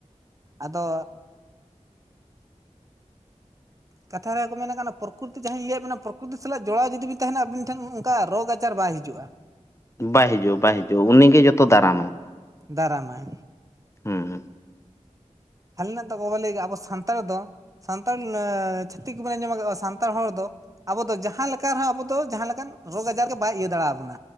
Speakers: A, on the right; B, on the left.
A: ᱟᱫᱚ ᱠᱟᱛᱷᱟ ᱨᱮᱠᱚ ᱢᱮᱱᱮᱫ ᱠᱟᱱᱟ ᱯᱨᱚᱠᱨᱤᱛᱤ ᱡᱟᱦᱟᱸᱧ ᱞᱟᱹᱭᱟᱫ ᱵᱮᱱᱟ ᱯᱨᱚᱠᱨᱤᱛᱤ ᱥᱟᱞᱟᱜ ᱡᱚᱲᱟᱣ ᱡᱩᱫᱤ ᱵᱤᱱ ᱛᱟᱦᱮᱸᱱᱟ ᱟᱵᱤᱱ ᱴᱷᱮᱱ ᱚᱱᱠᱟ ᱨᱳᱜᱽ ᱟᱡᱟᱨ ᱵᱟᱭ ᱦᱤᱡᱩᱜᱼᱟ᱾
B: ᱵᱟᱭ ᱦᱤᱡᱩᱜ ᱵᱟᱭ ᱦᱤᱡᱩᱜ ᱩᱱᱤᱜᱮ ᱡᱚᱛᱚ ᱫᱟᱨᱟᱢᱟᱭ᱾
A: ᱫᱟᱨᱟᱢᱟᱭ
B: ᱦᱮᱸ ᱦᱮᱸ
A: ᱦᱟᱞᱤ ᱨᱮᱱᱟᱜ ᱛᱟᱠᱚ ᱵᱟ ᱞᱟᱹᱭ ᱟᱵᱚ ᱥᱟᱱᱛᱟᱲ ᱫᱚ ᱥᱟᱱᱛᱟᱲ ᱪᱷᱟᱹᱛᱤᱠ ᱠᱚᱵᱚᱱᱮ ᱟᱸᱡᱚᱢ ᱟᱠᱟᱫ ᱥᱟᱱᱛᱟᱲ ᱦᱚᱲ ᱫᱚ ᱟᱵᱚ ᱫᱚ ᱡᱟᱦᱟᱸ ᱞᱮᱠᱟ ᱨᱮᱦᱚᱸ ᱟᱵᱚ ᱫᱚ ᱡᱟᱦᱟᱸ ᱞᱮᱠᱟᱱ ᱨᱳᱜᱽ ᱟᱡᱟᱨ ᱜᱮ ᱵᱟᱭ ᱤᱭᱟᱹ ᱫᱟᱲᱮ ᱟᱵᱚᱱᱟ